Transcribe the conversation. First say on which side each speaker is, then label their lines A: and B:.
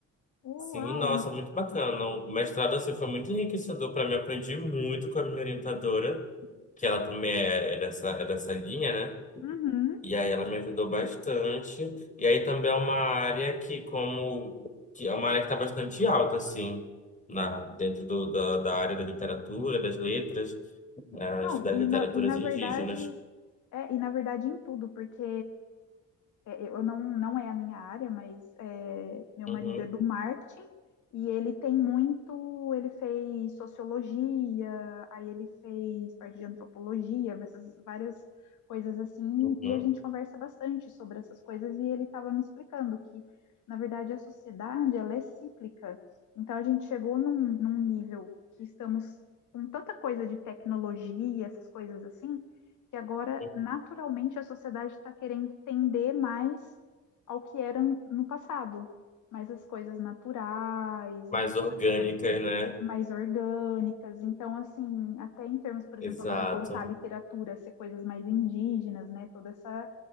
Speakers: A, on the left; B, on the left.
A: Uau.
B: Sim, nossa,
A: ai-
B: muito bacana. O mestrado assim foi muito enriquecedor para mim. Aprendi muito com a minha orientadora, que ela também é é dessa, é dessa linha, né?
A: Uhum.
B: E aí ela me ajudou bastante. E aí também é uma área que como que é uma área que está bastante alta assim, na dentro do, da, da área da literatura, das letras, eh,
A: Não,
B: das
A: e
B: literaturas
A: na, e na
B: indígenas.
A: verdade É, e na verdade em tudo, porque é, é, eu não, não é a minha área, mas é, meu
B: Uhum,
A: marido é do marketing e ele tem muito, ele fez sociologia, aí ele fez parte de antropologia, essas várias coisas assim,
B: uhum.
A: e a gente conversa bastante sobre essas coisas e ele estava me explicando que, na verdade, a sociedade, ela é cíclica. Então a gente chegou num, num nível que estamos com tanta coisa de tecnologia, essas coisas assim, que agora,
B: uhum.
A: naturalmente, a sociedade está querendo tender mais ao que era no passado. Mais as coisas naturais,
B: Mais
A: né? Toda
B: orgânicas,
A: essa coisa
B: né?
A: mais orgânicas. Então, assim, até em termos, por exemplo,
B: Exato.
A: agora voltar à literatura, ser coisas mais indígenas, né? Toda essa,